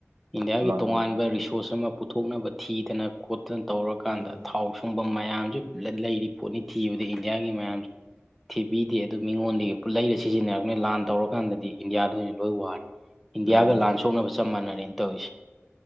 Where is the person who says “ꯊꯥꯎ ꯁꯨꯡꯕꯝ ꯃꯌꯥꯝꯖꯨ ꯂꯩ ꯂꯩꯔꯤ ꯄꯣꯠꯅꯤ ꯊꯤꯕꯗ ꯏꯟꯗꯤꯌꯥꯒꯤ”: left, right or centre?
Centre